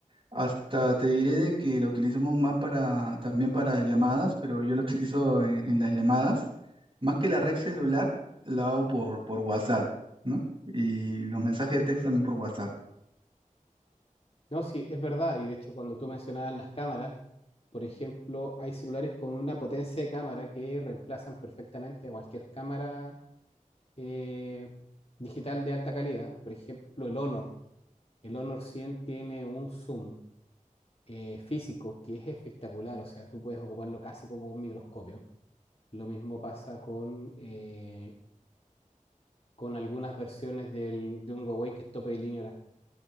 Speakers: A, on the right; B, on the left.
A: hasta te diré de que lo utilizamos más para, también para llamadas, pero yo lo <laughs> utilizo en, en las llamadas. Más que la red celular, la hago por, por WhatsApp, ¿no? Y los mensajes de texto también por WhatsApp.
B: No, sí, es verdad. Y de hecho, cuando tú mencionabas las cámaras, por ejemplo, hay celulares con una potencia de cámara que reemplazan perfectamente a cualquier cámara eh, digital de alta calidad. Por ejemplo, el Honor. El Honor 100 tiene un zoom eh, físico que es espectacular. O sea, tú puedes ocuparlo casi como un microscopio. Lo mismo pasa con, eh, con algunas versiones del- de un Huawei que es tope de línea. ahora